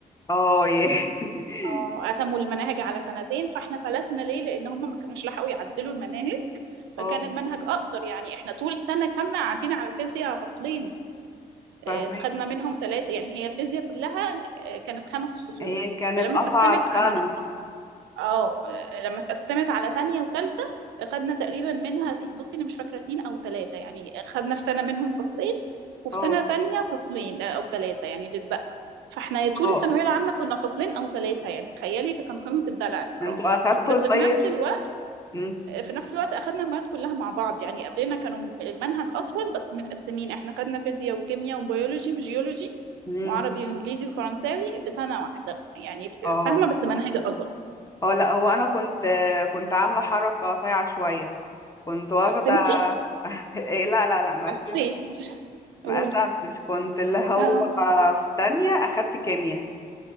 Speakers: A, on the left; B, on the right.
A: اه ياه <laughs>
B: اه قسموا المناهج على سنتين فاحنا فلتنا ليه لان هم ما كانوش لحقوا يعدلوا المناهج
A: اه
B: فكان المنهج اقصر يعني احنا طول سنة كاملة قاعدين على الفيزياء فصلين اه،
A: فاهمين
B: خدنا منهم ثلاثة يعني هي الفيزياء كلها اه، كانت خمس فصول
A: هي كانت
B: فلما
A: أصعب
B: اتقسمت
A: سنة
B: على اه لما اتقسمت على تانية وتالتة خدنا تقريبا منها بصي انا مش فاكرة اتنين او تلاتة يعني خدنا في سنة منهم فصلين وفي
A: اه
B: سنة تانية فصلين آه، او تلاتة يعني اللي اتبقى فاحنا يا طول
A: اه اه.
B: الثانوية العامة كنا فصلين او تلاتة يعني تخيلي فكان قمة الدلع الصراحة
A: انتوا أخدتوا
B: بس
A: الطيب
B: في نفس الوقت
A: مم،
B: في نفس الوقت اخدنا المواد كلها مع بعض يعني قبلنا كانوا المنهج اطول بس متقسمين احنا خدنا فيزياء وكيمياء وبيولوجي وجيولوجي
A: مم،
B: وعربي وانجليزي وفرنساوي في سنة واحدة يعني
A: اه
B: فاهمة بس منهج اصغر
A: اه لا هو أنا كنت كنت عاملة حركة صايعة شوية كنت واخدة
B: قسمتي
A: <laughs> إيه لا لا لا ما
B: حسيت
A: قسمت ما
B: قولي
A: قسمتش كنت اللي هو
B: اه
A: في تانية أخدت كيمياء